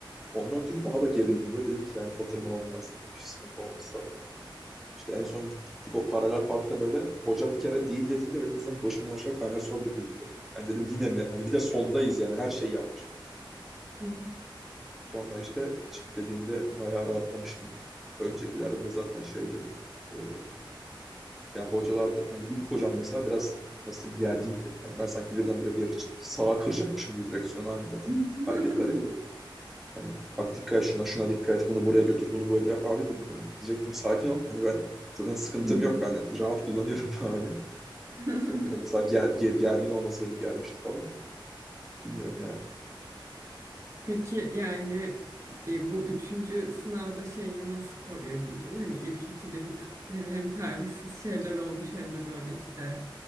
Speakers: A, in the centre; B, on the right (about 35°).
A: Ondan ötürü daha da gerildim böyle dedim ki yani batırmamam lazım. Bir sıkıntı olmaması lazım. İşte en son gittik, gittik o paralel parkta böyle hoca bir kere değil dediğinde benim zaten başımdan aşağı kaynar sular döküldü gibi. Hani dedim yine mi? Hani bir de sondayız yani her şey yapmış.
B: hı.
A: Sonra işte çık dediğinde bayağı rahatlamıştım. Öncekilerde de zaten şeydi. E, yani hocalar da hani ilk hocam mesela biraz nasıl diyeyim gergindi. Hani ben sanki birdenbire bir yere sağa kıracakmışım gibi direksiyon halinde
B: Hı
A: hareketler yapıyor. Hani bak dikkat et şuna, şuna dikkat et, bunu buraya götür, bunu böyle yap. Abi dedim hani diyecektim sakin ol. Hani ben zaten sıkıntım
B: hı.
A: yok ben rahat kullanıyorum <laughs> hani.
B: <laughs>
A: Onun da mesela ger, ger- gergin olması beni germişti falan da. Bilmiyorum ya.
B: Peki yani e, bu üçüncü sınavda şeyini nasıl koruyabildin? Hani ilk ikide bir tık hani hem talihsiz şeyler olmuş hem de böyle işte